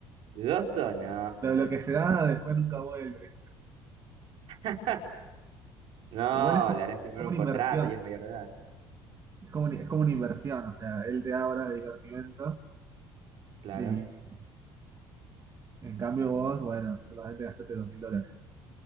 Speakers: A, on the right; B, on the right.
A: Gozo, no.
B: Lo, lo que se da después nunca vuelve.
A: <laughs> No,
B: Igual es como,
A: le harás firmar
B: como
A: un
B: una
A: contrato,
B: inversión.
A: ya es mayor de edad.
B: Es como, una- es como una inversión. O sea, él te da horas de divertimento
A: Claro.
B: y en cambio vos, bueno, solamente gastaste dos mil dólares.